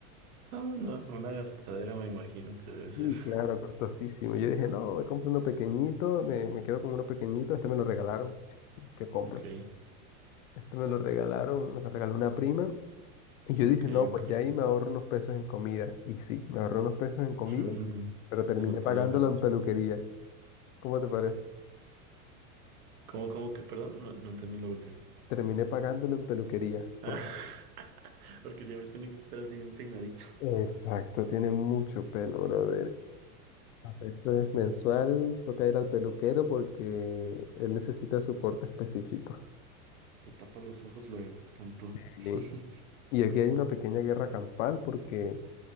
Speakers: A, on the right; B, on the left.
A: Ah, no, una gastadera me imagino que debe ser.
B: sí, claro, costosísimo. Yo dije, no, me compro uno pequeñito, me, me quedo con uno pequeñito, este me lo regalaron. <laughs> ¿Qué compro?
A: Ok,
B: Este me lo regalaron, me lo regaló una prima. Y yo
A: ok,
B: dije, no, pues
A: ok.
B: ya ahí me ahorro unos pesos en comida. Y sí, me ahorré unos pesos en comida,
A: <laughs>
B: pero terminé
A: Te noté
B: pagándolo
A: la diferencia.
B: en peluquería. ¿Cómo te parece?
A: ¿Cómo, cómo que, perdón? No, no entendí lo último.
B: Terminé pagándolo en peluquería. Porque...
A: Ah, <laughs> porque siempre tiene que estar así bien peinadito.
B: Exacto, tiene mucho pelo, brother. Eso es mensual, toca ir al peluquero porque él necesita su corte específico.
A: Te tapa los ojos luego, tanto.
B: Sí.
A: <laughs>
B: Y aquí hay una pequeña guerra campal porque